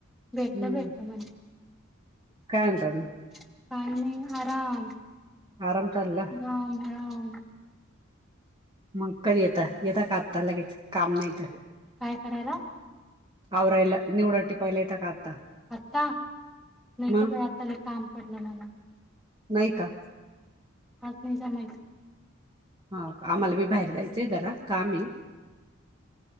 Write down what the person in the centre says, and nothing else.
भेटलं
भेटलं म्हण
काही नाही आराम
राम राम
काय करायला?
आत्ता नाही
का बा आताला काम पडले मला
आज नाही जमायच